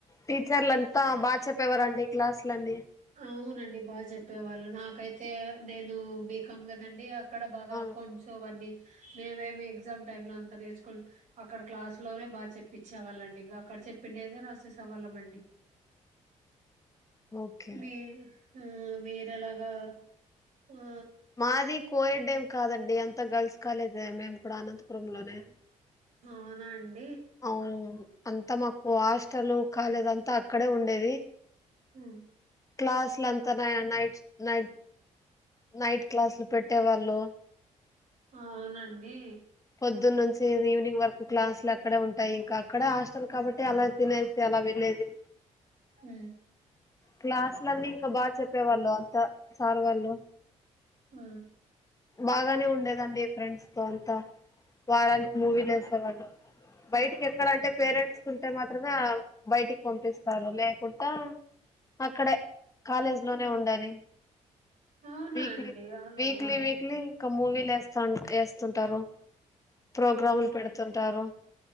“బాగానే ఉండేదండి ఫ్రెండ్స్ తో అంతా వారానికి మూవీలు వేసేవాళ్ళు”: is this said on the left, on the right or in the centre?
Left